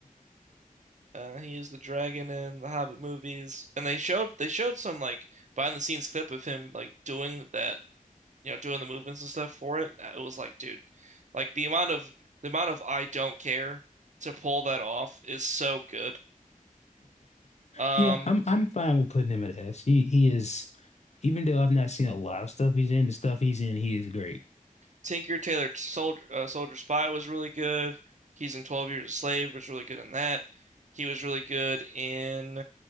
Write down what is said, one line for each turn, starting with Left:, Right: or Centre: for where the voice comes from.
Right: Uh he is the dragon in the Hobbit movies. And they showed they showed some like behind the scenes clip of him like doing that you know, doing the movements and stuff for it, it was like, dude, like the amount of the amount of I don't care to pull that off is so good. Um,
Left: Yeah, I'm I'm fine with putting him at S. He he is. Even though I've not seen a lot of stuff he's in, the stuff he's in, he is great.
Right: Tinker Tailor Soldier uh, Soldier Spy was really good. He's in 12 Years a Slave was really good in that. He was really good in